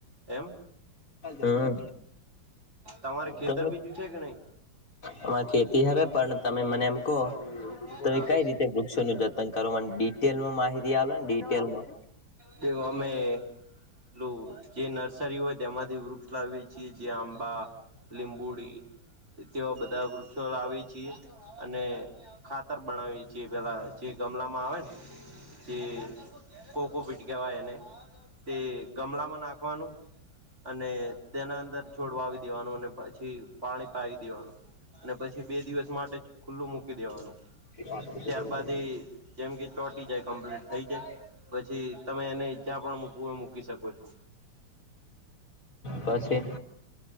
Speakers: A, on the right (about 35°); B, on the left (about 45°).
A: એમ
B: હા
A: તમારે ખેતર
B: કહે
A: બીજું છે કે નહી
B: આમાં ખેતી હવે પણ તમે મને એમ કહો તમે
A: હા
B: કઈ રીતે વૃ વૃક્ષો નુ જતન કરવા ડિટેલમાં માહિતી આલોને ડિટેલમાં.
A: તો <inaudible> અમે પલું જે નર્સરી હોય તેમાંથી ગપ એટલા વેચીએ છીએ આંબા લીંબુડી એ તેવા બધા વૃક્ષો લાવી છીએ અને ખાતર બનાવીએ છીએ પેલા જ. જે ગમલામાં આવે ને જે કોકો પીટ કેવાય એને. તે ગમલામાં નાખવાનું અને તેના અંદર છોડવાવી દેવાનું અને પછી પાણી પાવી દેવાનું. ને પછી બે દિવસ માટે ખુલ્લું મૂકી દેવાનું.
B: <unintelligible>
A: ત્યારબાદ એ જેમ કે ચોટી જાય કમ્પ્લીટ થઈ જાય પછી તમે એને જયા પણ મુકવું હોય મૂકી શકો છો.
B: પછી.